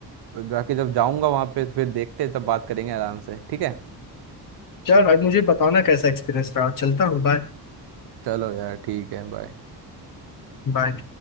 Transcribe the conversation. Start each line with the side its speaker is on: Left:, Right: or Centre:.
Right: बाकी जब जाऊंगा वहां पे फिर देखते हैं, तब बात करेंगे आराम से ठीक है
Left: चल आज मुझे बताना कैसा एक्सपीरियंस रहा चलता हूँ बाय
Right: चलो यार ठीक है बाय
Left: बाय